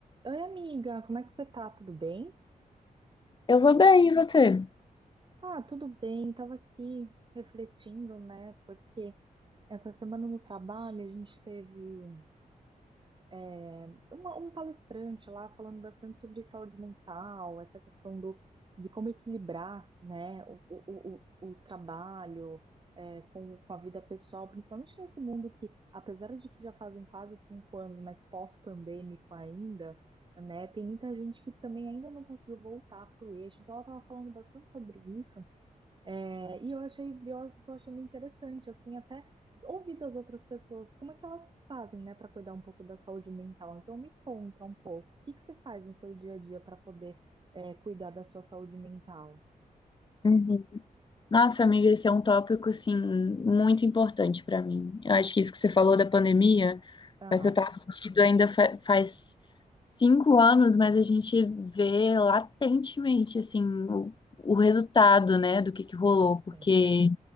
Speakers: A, on the right; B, on the left.
A: Oi, amiga, como é que você tá? Tudo bem?
B: Eu vou bem, e você?
A: Ah, tudo bem. Tava aqui refletindo, né? Porque essa semana no trabalho a gente teve. é, uma- um palestrante lá falando bastante sobre saúde mental, essa questão do, de como equilibrar, né, o, o, o, o trabalho é, com, com a vida pessoal, principalmente nesse mundo que, apesar de que já fazem quase cinco anos, mas pós-pandêmico ainda, né, tem muita gente que também ainda não conseguiu voltar para o eixo. Então, ela estava falando bastante sobre isso. É, e eu achei, eu tô achando interessante, assim, até ouvir das outras pessoas, como é que elas fazem, né, para cuidar um pouco da saúde mental. Então me conta um pouco, o que que você faz no seu dia a dia para poder é, cuidar da sua saúde mental?
B: Uhum. Nossa, amiga, esse é um tópico, assim, muito importante para mim. Eu acho que isso que você falou da pandemia
A: Aham,
B: faz total sentido. Ainda fa- faz cinco anos, mas a gente vê latentemente, assim, o, o resultado, né, do que que rolou, porque
A: sim.